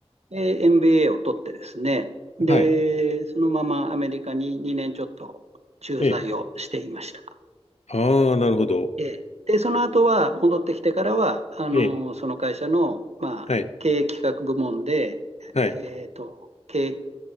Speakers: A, on the right; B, on the left.
A: で MBA を取ってですね、で、
B: はい、
A: そのままアメリカに2年ちょっと駐在をしていました。
B: ええ、ああ、なるほど。
A: ええで、その後は、戻ってきてからは、あの、
B: ええ、
A: その会社の、まあ、
B: はい、
A: 経営企画部門で、
B: はい、
A: えっと、経営